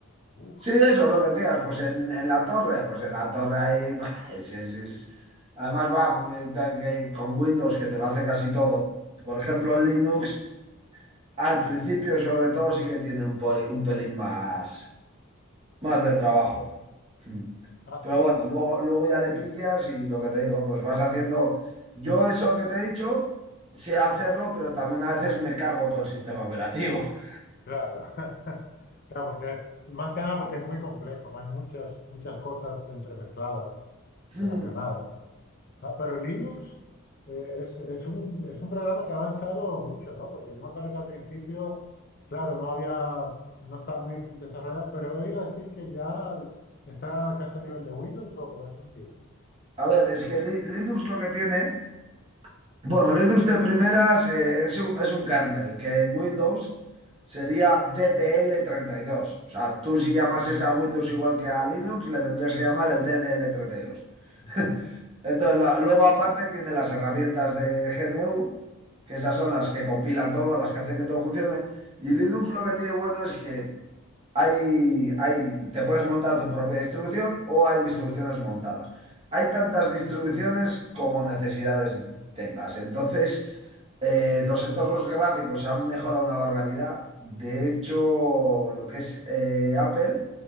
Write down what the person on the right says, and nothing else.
Sí, eso, lo que decías, pues en, en la torre, pues en la torre ahí, bah, es, es- es- Además va pues, tal que con Windows que te lo hace casi todo. Por ejemplo, en Linux. Al principio, sobre todo, sí que tiene un, po- un pelín más, más de trabajo. Mm.
Pero
bueno, luego, luego ya le pillas y lo que te digo, pues vas haciendo. Yo eso que te he dicho, sé hacerlo, pero también a veces me cargo todo el sistema operativo. <laughs>
Mm.
A ver, es que Li- Linux lo que tiene. Bueno, Linux de primeras eh, es un, es un kernel, que en Windows sería ddl dos. O sea, tú si llamases a Windows igual que a Linux, le tendrías que llamar el ddl dos.
<laughs> Entonces, la- luego aparte tiene las herramientas de GNU, que esas son las que compilan todo, las que hacen que todo funcione. Y Linux
lo que tiene bueno es que hay, hay, te puedes montar tu propia distribución o hay distribuciones montadas. Hay tantas distribuciones como necesidades tengas. Entonces, eh,
los entornos gráficos han mejorado una barbaridad. De hecho, lo que es eh, Apple